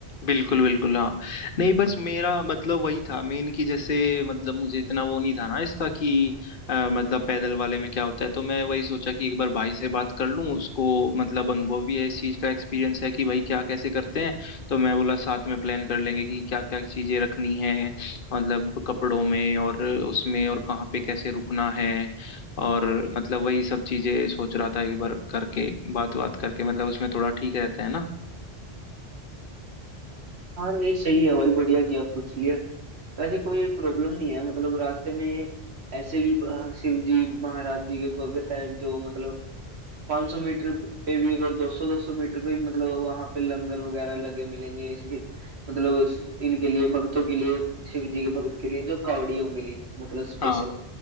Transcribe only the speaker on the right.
हाँ नहीं सही है भाई बढ़िया किया आप पूछ लिया वैसे कोई प्रॉब्लम नहीं है मतलब रास्ते में ऐसे भी अ, शिव जी महाराज जी के भगत हैं जो मतलब 500 मीटर पे भी और 200 200 मीटर पे भी मतलब वहां पे लंगर वगैरह लगे मिलेंगे इसी मतलब उस- इनके लिए भक्तों के लिए शिव जी के भगत के लिए जो कावड़ियों के लिए मतलब स्पेशल